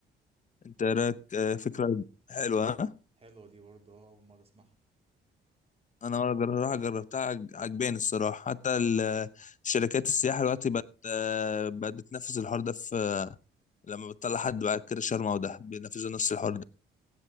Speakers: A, on the left; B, on the right.
A: انت
B: حلو
A: إيه رايك آه، فكره حلوه ها
B: حلوه دي برضه آه، اول مره اسمعها
A: انا ولا جر- راح جربتها عج- عجباني الصراحه حتى ال- الشركات السياحه دلوقتي بقت آه، بقت بتنفذ الحوار ده في لما بتطلع حد بعد كده شرم او دهب بينفذوا نفس الحوار ده